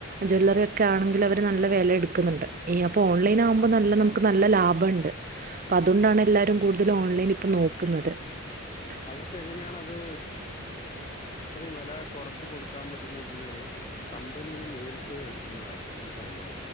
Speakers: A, on the right (about 40°); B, on the left (about 25°).
A: ജുവല്ലറി ഒക്കെ ആണെങ്കില് അവര് നല്ല വെല എടുക്കുന്നുണ്ട് ഈ അപ്പൊ ഓൺലൈൻ ആവുമ്പോ നല്ല നമുക്ക് നല്ല ലാഭമുണ്ട് അതു കൊണ്ടാന്ന് എല്ലാരും
B: ഉം
A: കൂടുതലും ഓൺലൈൻ ഇപ്പോ നോക്കുന്നത് ക്കുന്നത്
B: അവർക്ക് എങ്ങനെയാണ് അത് ഇത്രയും വെല കൊറച്ച് കൊടുക്കാൻ പറ്റുന്നത് പറഞ്ഞാല് കമ്പനിന്ന് നേരിട്ട് എടുക്കുന്നുന്നതാ അവര് മനസ്സിലായില്ലേ